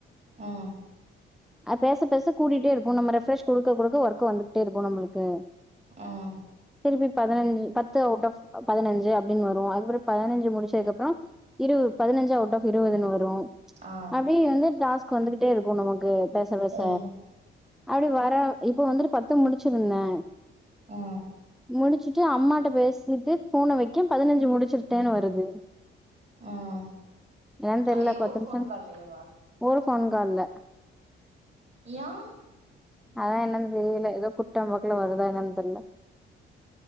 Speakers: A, on the right (about 35°); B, in the centre.
A: ம்
B: ஆ பேச பேச கூடீட்டே இருக்கும் நம்ம ரெஃப்ரெஷ் குடுக்க குடுக்க ஒர்க் வந்துகிட்டே இருக்கும் நம்பளுக்கு
A: ம்
B: திருப்பி பதினஞ்சு பத்து அவுட் ஆப் பதினஞ்சு அப்டின் வரு அதுப்பிறகு பதினஞ்சு முடிச்சதுக்கப்புறம் இரு பதினஞ்சு அவுட் ஆஃப் இருபதுன்னு வரு
A: ஆ
B: அப்டி வந்து டாஸ்க் வந்துகிட்டே இருக்கு நமக் கு பேச பேச
A: ம் ம்
B: அப்டி வர இப்போ வந்துட்டு பத்து முடிச்சிருந்தே
A: ஆ
B: முடிச்சுட்டு அம்மாட்ட பேசிட்டு போன வைகெக பதினஞ்சு முடிச்சிருட்டேன்னு
A: ம்
B: வருது
A: ம்
B: ஏன்னு தெர்ல
A: அ ஒரு
B: பத்து
A: ஃபோன்
B: நிமிஷம்
A: கால்லயேவா
B: ஒரு போன் கால்ல
A: யா
B: அதா என்னன் தெரியல ஏதோ குட்டம்போக்கல வருதா என்னான்னு தெரில